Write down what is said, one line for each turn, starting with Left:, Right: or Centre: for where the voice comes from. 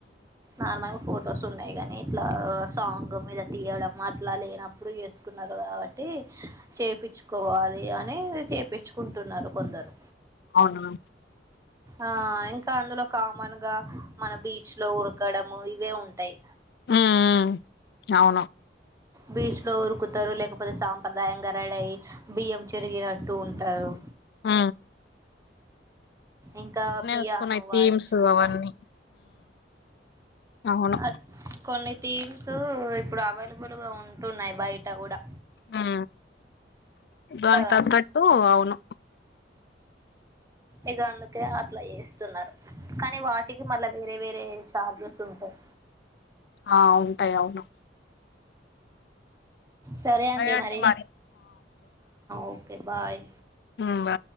Right: నార్మల్ ఫొటోస్ ఉన్నాయి కాగానీ ఇట్లా సాంగ్ మీద తీయడం అట్లా లేనప్పుడు చేస్తు న్నారు కాబట్టి చేయించుకోవాలి అని చేపంచుకుంటున్నారు కొందరు
Left: అవును
Right: ఆ ఇంకా అందులో కామన్ గా మన బీచ్ లో ఉరకడము ఇవే ఉంటాయి
Left: ఉమ్ అవును
Right: బీచ్ లో ఉరుకుతారు లేకపోతే సాంప్రదాయ బియ్యం చెరిగినట్టు ఉంటారు
Left: ఆ
Right: ఇంకా పియానో
Left: వస్తున్నాయి
Right: వాయించుకుంటా
Left: థీమ్స్ అవన్నీ అవును
Right: అ కొన్ని థీమ్స్ ఇప్పుడు అవైలబుల్ గా ఉంటున్నాయి బయట కూడా
Left: హ దాని
Right: కదా
Left: తగట్టు అవును
Right: ఇక అందుకే అట్లా చేస్తున్నారు కానీ వాటికి మళ్ళా వేరే వేరే చార్జెస్ ఉంటాయి
Left: ఆ ఉంటాయి అవును
Right: సరే అడి
Left: అండి
Right: మరిా
Left: మరి
Right: ఓకే బాయ్
Left: బా